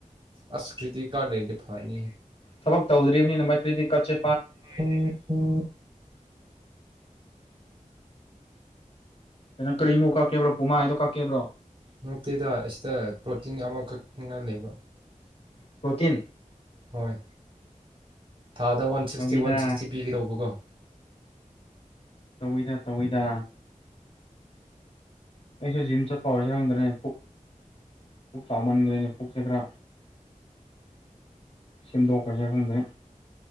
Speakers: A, on the right; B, on the left.
A: ꯑꯁꯀ꯭ꯔꯤꯇ ꯀꯥ ꯂꯩ ꯂꯐꯅꯤ
B: ꯊꯕꯛ ꯇꯧꯗ꯭ꯔꯤꯕꯅꯤꯅ ꯃ ꯄ꯭ꯔꯤꯗꯤ ꯀꯠꯦ
A: ꯎꯝ ꯎꯝ
B: ꯀꯩꯅꯣ ꯀꯔꯤꯃꯨꯛ ꯀꯛꯀꯦꯕ꯭ꯔꯣ ꯄꯨꯃꯥꯗꯣ ꯀꯛꯀꯦꯕ꯭ꯔꯣ
A: ꯅꯠꯇꯦꯗ ꯑꯁꯤꯗ ꯄ꯭ꯔꯣꯇꯤꯟ ꯑꯃꯈꯛꯅ ꯂꯩꯕ
B: ꯄ꯭ꯔꯣꯇꯤꯟ
A: ꯍꯣꯏ ꯊꯥꯗ ꯋꯥꯟ ꯁꯤꯛꯁꯇꯤ
B: ꯇꯧꯋꯤꯗ
A: ꯋꯥꯟ ꯁꯤꯛꯁꯇꯤ ꯄꯤꯒꯔꯧꯕꯒꯣ
B: ꯇꯧꯋꯏꯗ ꯇꯧꯋꯏꯗ ꯑꯩꯩꯁ ꯖꯤꯝ ꯆꯠ ꯄꯥꯎꯔ ꯁꯗ ꯄ ꯐ ꯆꯥꯃꯟꯅꯤ ꯐꯨ ꯆꯈ꯭ꯔ ꯁꯦꯝꯗꯣꯛꯈ꯭ꯔꯁꯦ ꯈꯪꯗ꯭ꯔꯦ